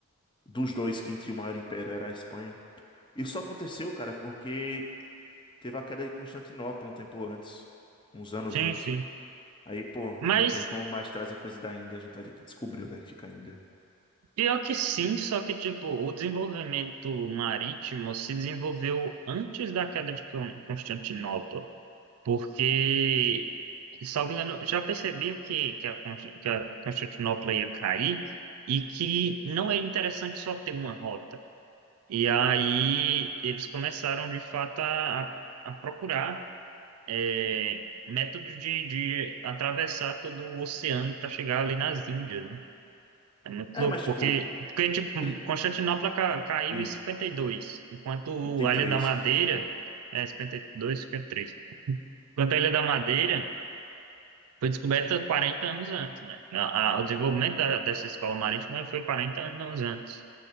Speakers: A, on the left; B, on the right.
A: dos dois quem tinha o maior império era a Espanha. Isso aconteceu, cara, porque teve a queda de Constantinopla um tempo antes, uns anos
B: Sim,
A: antes.
B: sim.
A: Aí, pô,
B: Mas
A: não tem como mais trazer coisa da Índia, a gente vai ter que descobrir onde é que fica a Índia.
B: pior que sim, só que tipo, o desenvolvimento marítimo se desenvolveu antes da queda de Con- Constantinopla, porque, salvo engano, já percebiam que, que, a, Const- que a Constantinopla ia cair e que não era interessante só ter uma rota. E aí eles começaram de fato a, a a procurar eh, métodos de, de atravessar todo o oceano para chegar ali nas Índias, né? É muito
A: É,
B: louco,
A: mas
B: porque,
A: tipo,
B: porque tipo,
A: ele
B: Constantinopla ca- caiu
A: diz
B: em 52 enquanto
A: 53.
B: a Ilha da Madeira, é cinquenta cinquenta e dois, cinquenta e três. enquanto a Ilha da Madeira foi descoberta 40 anos antes, né? A- a- o desenvolvimento da- dessa escola marítima foi 40 anos antes.